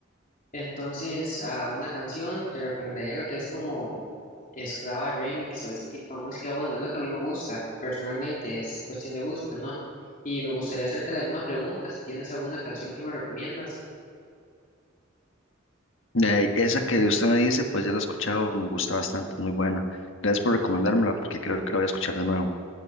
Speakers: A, on the left; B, on the left.
A: Entonces, a una canción te recomendaría lo que es como Esclava Remix o ese tipo de música. Bueno, es lo que a mí me gusta, personalmente, es cuestión de gusto, ¿no? Y me gustaría hacerte la misma pregunta, si tienes alguna canción que me recomiendas.
B: Eh, esa que usted me dice, pues ya la he escuchado, me gusta bastante, es muy buena. Gracias por recomendármela, porque creo que la voy a escuchar de nuevo.